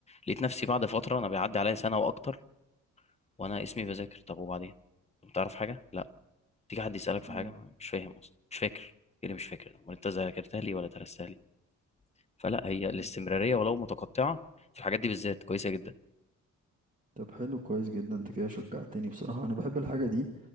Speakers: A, on the left; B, on the right.
A: لقيت نفسي بعد فتره انا بيعدي عليا سنه واكتر وانا اسمي بذاكر طب وبعدين طب تعرف حاجه لا تيجي حد يسالك في
B: مم.
A: حاجه مش فاهم اصلا مش فاكر ايه اللي مش فاكر ده امال انت ذاكرتها لي ولا درستها لي فلا هي
B: مم.
A: الاستمراريه ولو متقطعه في الحاجات دي بالذات كويسه جدا
B: طب حلو كويس جدا انت كده شجعتني بصراحة انا بحب الحاجة دي